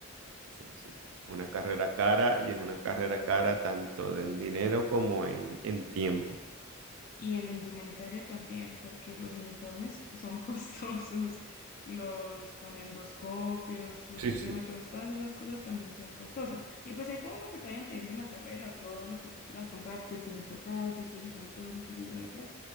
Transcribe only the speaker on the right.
Sí, sí, sí. Es una carrera cara y es una carrera cara tanto en dinero como en, en tiempo.
Sí,
sí.